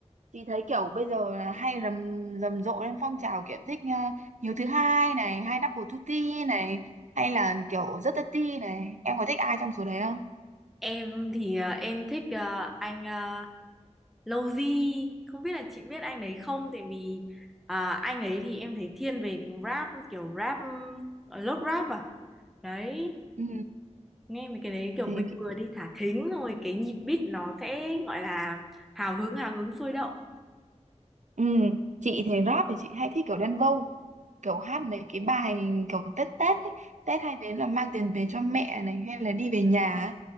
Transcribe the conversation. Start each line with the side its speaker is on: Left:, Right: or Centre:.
Right: chị thấy kiểu bây giờ là hay rầm rầm rộ lên phong trào kiểu thích uh, Hiếu thứ hai này hay Double Tutti này hay là kiểu rất Tati này em có thích ai trong số đấy không
Centre: em thì à, em thích à, anh à, Lowzy không biết là chị biết anh đấy không tại vì à, anh ấy thì em thấy thiên về cái rap kiểu rap uh, lốt rap à đấy
Right: ừ
Centre: nghe mấy cái đấy kiểu
Right: thì
Centre: mình vừa đi thả thính rồi cái nhịp beat nó sẽ gọi là hào hứng hào hứng sôi động
Right: ừ chị thì rap thì chị hay thích kiểu Đen Vâu kiểu hát mấy cái bài kiểu Tết Tết ấy. Tết hay đến là mang tiền về cho mẹ này hay là đi về nhà ấy.